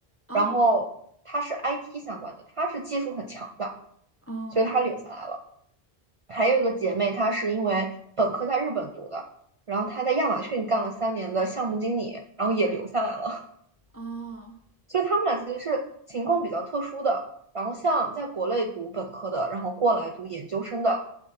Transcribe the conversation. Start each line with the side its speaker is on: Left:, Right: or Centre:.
Left: 哦
Right: 然后他是 IT 相关的，他是技术很强的，
Left: 哦
Right: 所以他留下来了。还有一个姐妹，她是因为本科在日本读的，然后她在亚马逊干了三年的项目经理，然后也留下来了。
Left: 哦，
Right: <laughs> 所以她们俩其实是情况比较特殊的。然后像在国内读本科的，然后过来读研究生的，